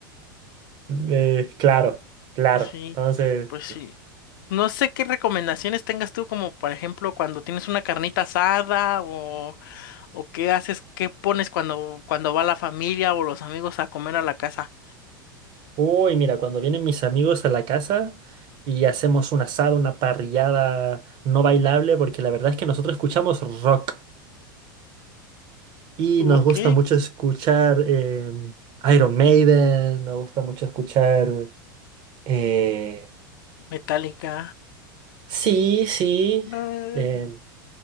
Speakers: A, on the right; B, on the left.
A: Eh, claro, claro.
B: Sí,
A: Entonces,
B: pues sí. No sé qué recomendaciones tengas tú, como por ejemplo cuando tienes una carnita asada o ¿O qué haces? ¿Qué pones cuando, cuando va la familia o los amigos a comer a la casa?
A: Uy, mira, cuando vienen mis amigos a la casa y hacemos un asado, una parrillada no bailable, porque la verdad es que nosotros escuchamos rock y
B: Ok,
A: nos gusta mucho escuchar eh, Iron Maiden, nos gusta mucho escuchar... eh,
B: Metallica.
A: sí, sí,
B: eh,
A: eh,